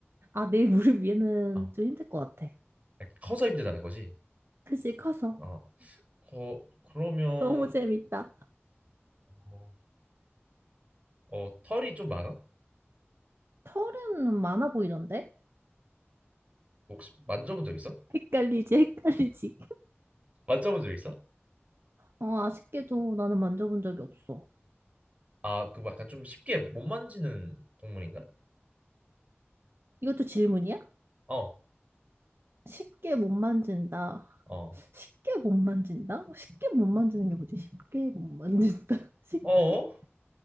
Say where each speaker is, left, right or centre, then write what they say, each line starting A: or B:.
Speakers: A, on the right; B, on the right.
A: 아, 내 무릎 위에는
B: 아,
A: 좀 힘들 것 같아.
B: 약간 커서 힘들다는 거지?
A: 그지, 커서.
B: 어, 거, 그러면
A: 너무 재밌다.
B: 어, 어, 털이 좀 많아?
A: 털은 많아 보이던데?
B: 혹시 만져본 적 있어?
A: 헷갈리지, 헷갈리지.
B: 만져본 적 있어?
A: 어, 아쉽게도 나는 만져본 적이 없어.
B: 아, 그 약간 좀 쉽게 못 만지는 동물인가?
A: 이것도 질문이야?
B: 어,
A: 쉽게 못 만진다.
B: 어,
A: 쉽게 못 만진다? 쉽게 못 만지는 게 뭐지? 쉽게 못 만진다. <laughs> 쉽게?
B: 어,